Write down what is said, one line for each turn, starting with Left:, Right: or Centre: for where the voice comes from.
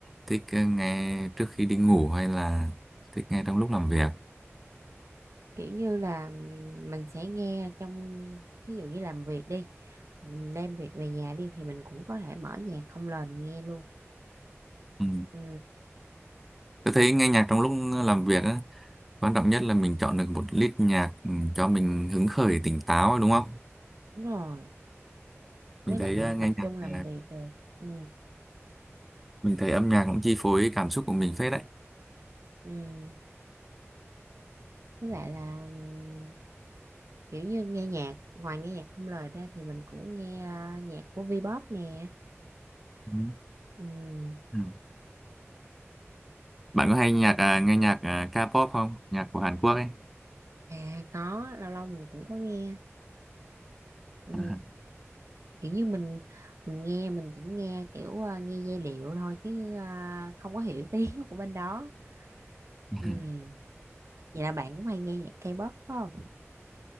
Centre: thích ờ, nghe trước khi đi ngủ hay là thích nghe trong lúc làm việc
Right: kiểu như là mình sẽ nghe trong ví dụ như làm việc đi mình đem việc về nhà đi thì mình cũng có thể mở nhạc không lời mình nghe luôn
Centre: ừ.
Right: ừ
Centre: tôi thấy nghe nhạc trong lúc làm việc á quan trọng nhất là mình chọn được một lít nhạc ừ, cho mình hứng khởi tỉnh táo đúng không
Right: đúng rồi với
Centre: mình thấy
Right: lại mình
Centre: ờ, nghe
Right: tập
Centre: nhạc
Right: trung làm
Centre: ờ,
Right: việc được ừ
Centre: mình thấy âm nhạc cũng chi phối cảm xúc của mình phết đấy
Right: ừ với lại là ừm, kiểu như nghe nhạc ngoài nghe nhạc không lời ra thì mình cũng nghe ờ, nhạc của Vpop nè
Centre: Ừ.
Right: ừ
Centre: Ừ. bạn có hay nhạc à, nghe nhạc à, K-pop không nhạc của Hàn Quốc ấy
Right: à có lâu lâu mình cũng có nghe ừ
Centre: à,
Right: kiểu như mình mình nghe mình chỉ nghe kiểu à, nghe giai điệu thôi chứ à, không có hiểu tiếng <laughs> của bên đó
Centre: <laughs>
Right: ừ vậy là bạn cũng hay nghe nhạc K-pop phải không